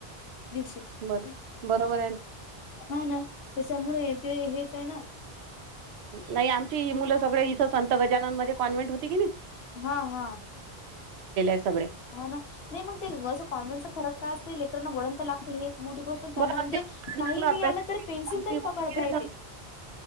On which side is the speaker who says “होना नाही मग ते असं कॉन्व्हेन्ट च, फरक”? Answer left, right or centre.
Left